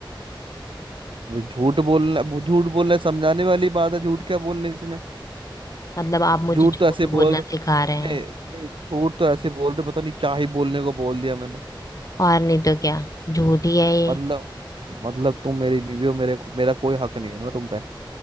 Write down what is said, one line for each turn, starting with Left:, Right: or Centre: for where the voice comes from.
Right: अब झूठ बोलना झूठ बोलना समझाने वाली बात है झूठ क्या बोलने इसमें
Left: मतलब आप मुझे
Right: झूठ
Left: झूठ
Right: तो ऐसे बोल
Left: बोलना सिखा रहे
Right: नहीं
Left: हैं
Right: नहीं झूठ तो ऐसे बोल रहे पता नहीं क्या ही बोलने को बोल दिया मैंने
Left: और नहीं तो क्या झूठ ही है ये
Right: मतलब मतलब तुम मेरी बीवी हो मेरे मेरा कोई हक नहीं है ना तुम पे